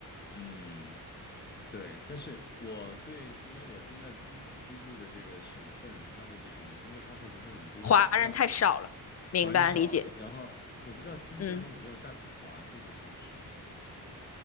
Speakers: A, on the left (about 30°); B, on the left (about 45°).
A: 嗯，对，但是我对，因为我现在住居住的这个省份，它的这种中国超市不是很多，
B: 华人太少了，
A: 我不知道，
B: 明白理解。
A: 华人少。然后我不知道新西兰有没有大统华这个超市，
B: 嗯。